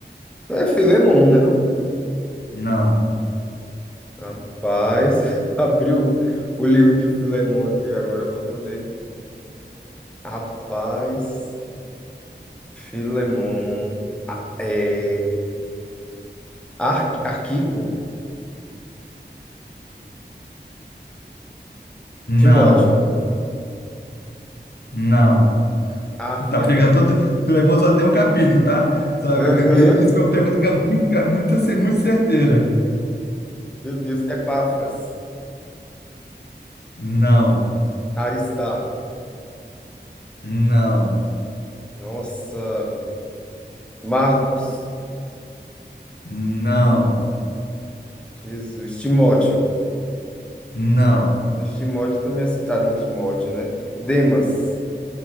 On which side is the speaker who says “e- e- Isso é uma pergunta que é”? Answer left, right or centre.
Left